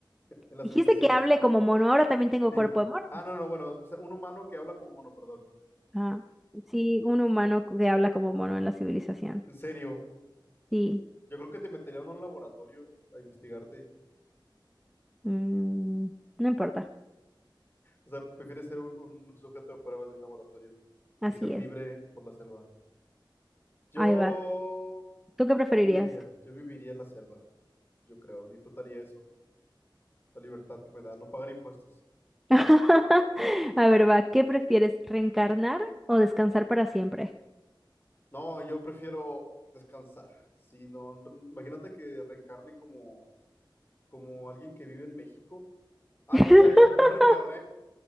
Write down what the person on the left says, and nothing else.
en la
civilización.
Sí.
Ah, no, no, bueno, o sea, un humano que habla como mono, perdón.
En serio,
yo creo que te meterían en un laboratorio a investigarte.
O sea, prefieres ser un, un sujeto de pruebas de un laboratorio
que ser libre
por la selva. Yo
viviría, yo viviría en la selva, yo creo, disfrutaría eso, la libertad que me da, no pagar impuestos.
No, yo prefiero descansar. Si no, re- imagínate que reencarne como, como alguien que vive en México. Ah,
no, ya, ya, ya reencarné.